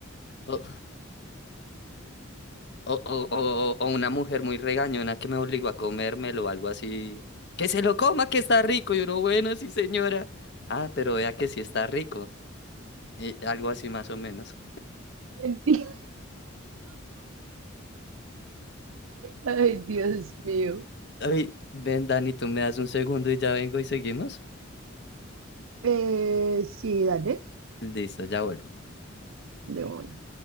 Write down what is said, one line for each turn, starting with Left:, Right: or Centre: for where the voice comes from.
Left: O, o, o, o, o una mujer muy regañona que me obligó a comérmelo, algo así. Que se lo coma, que está rico, y uno, bueno, sí, señora. Ah, pero vea que sí está rico. Y algo así más o menos.
Right: Enti- Ay, Dios mío.
Left: Ay, ven, Dani, tú me das un segundo y ya vengo y seguimos.
Right: Eh, sí, dale,
Left: Listo, ya vuelvo.
Right: de una.